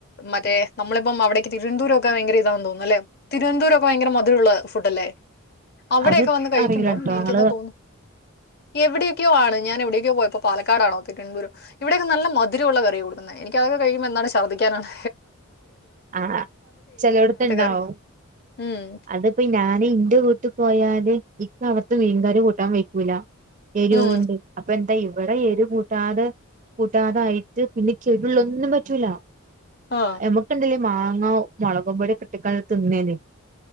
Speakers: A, on the left (about 45°); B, on the right (about 35°).
A: മറ്റേ നമ്മളിപ്പം അവിടേക്ക് തിരുവനന്തപുരമക്കെയ ഇതാെന്ന് തോന്നുന്നു അല്ലെ തിരുവന്തുരമക്കെ ഭയങ്കര മധുരമുള്ള ഫുഡല്ലേ അവിടെക്കെ
B: അത്
A: വന്ന് കഴിക്കുമ്പം
B: അറിയില്ലട്ടോ
A: എനിക്ക്
B: ഞങ്ങള്
A: എന്താ തോന്നുന്നു എവിടെ ഞാൻ എവിടേക്കോ പോയപ്പോ പാലക്കാടാണോ തിരുനന്തപൂരം എവിടെയക്കെ നല്ല മധുരമുള്ള കറി കൊടുക്കുന്നത് എനിക്ക്‌ അതൊക്ക കിയുമ്പോൾന്താണ് ശർദ്ദിക്കാനാണ്
B: ആ ചിലവിടത്തുണ്ടാവും
A: കറി ഉം
B: അതിപ്പോ ഞാന് ഇന്റെ വീട്ട് പോയാല് ഉം അർത്ത് മീൻകാർ കൂട്ടാൻ വെയ്ക്കൂല്ല എരുവുണ്ട്
A: ഉം
B: അപ്പൊ എന്താ ഇവിടെ എരും കൂട്ടാതെ കൂട്ടാതായിട്ട് പിന്നെ എരുള്ളൊന്നും പറ്റൂല
A: ആ
B: നമ്മക്കുണ്ടല്ലേ മാങ്ങ മുളകും പൊടി ഒക്കെ ഇട്ടിക്കാണ്ട് തിന്നേനും